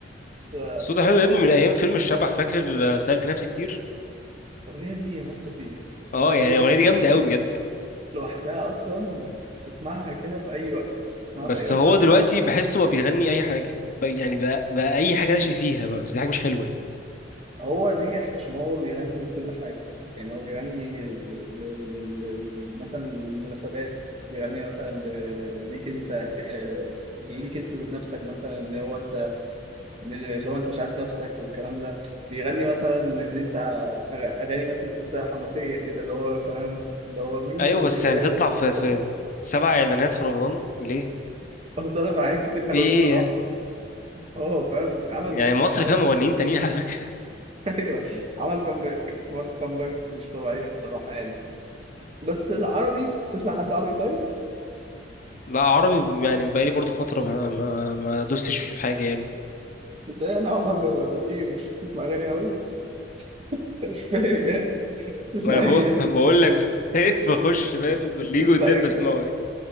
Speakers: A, on the right; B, on the left.
A: بس آه،
B: صوته حلو
A: مش
B: يا ابني
A: عارف.
B: من ايام فيلم الشبح فاكر آه، سألت نفسي كتير
A: الأغنية دي ماستر بيس الأغنية
B: اه يعني
A: دي
B: الاغنيه
A: أصلا
B: دي جامده قوي بجد
A: لوحدها أصلا تسمعها كده في أي وقت تسمعها
B: بس
A: في أي وقت
B: هو دلوقتي بحسه هو بيغني اي حاجه يعني بقى, يعني بقى, بقى اي حاجه ناشئ فيها بقى بس دي حاجه مش حلوه يعني
A: هو نجح عشان هو بيغني لكل حاجة يعني هو بيغني ل... ل... لل... لل- مثلا للمناسبات بيغني مثلا ل... ليك انت آه، ليك انت ذات نفسك مثلا ان هو انت من- اللي هو انت مش عارف نفسك والكلام ده بيغني مثلا ان انت أغ- اغاني مثلا تحسها حماسية كده اللي هو فاهم اللي هو مين
B: ايوه
A: اللي
B: بس
A: جاي
B: يعني تطلع في
A: استنى
B: في سبع اعلانات في رمضان ليه
A: هو طلب حاجات كتير قوي
B: في ايه
A: الصراحة
B: يعني
A: هو فاهم عمل
B: يعني مصر
A: عمل
B: فيها مغنيين تانيين على فكره
A: <laughs> ايوه عمل كومباك عمل كومباك مش طبيعية الصراحة يعني بس العربي بتسمع حد عربي طيب؟
B: <laughs> بقى عربي يعني بقالي برضو فتره ما ما ما دوستش في حاجه يعني
A: انت إيه؟ انا عمر ما ايه مش بتسمع اغاني قوي <laughs> مش فاهم يعني بتسمع
B: ما انا بقول
A: ايه
B: <laughs>
A: يعني
B: بقول لك <laughs> بخش
A: بتس-
B: فاهم اللي
A: بتسمع
B: يجي قدام
A: ايه كو-
B: بسمعه يعني